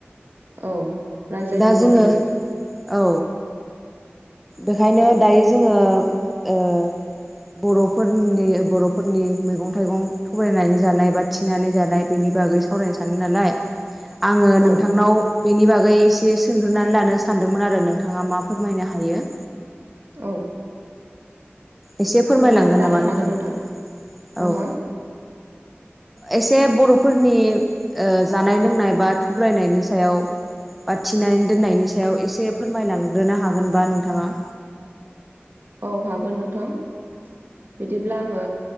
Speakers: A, on the right (about 55°); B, in the centre.
A: औ रायज्लायनो
B: दा
A: हागोन
B: जोङो
A: नोंथां
B: औ बेखायनो दायो जोङो ओ बर'फोरनि बर'फोरनि मैगं थाइगं थगायनानै जानाय बा थिनानै जानाय बेनि बागै सावरायनो सानो नालाय आङो नोंथांनाव
A: औ
B: बेनि बागै एसे सोंग्रोनानै लानो सानदोंमोन आरो नोंथाङा मा फोरमायनो हायो।
A: औ
B: एसे फोरमायलांगोन
A: सोंनानै लानो
B: नामा
A: हागोन
B: नोंथाङा
A: नोंथां हो
B: औ
A: हो
B: एसे बर'फोरनि जानाय लोंनाय बा थुग्रायनायनि सायाव बा थिनानै दोननायनि सायाव एसे फोरमायलांग्रोनो हागोनबा नोंथाङा
A: औ हागोन नोंथां बिदिब्ला आङो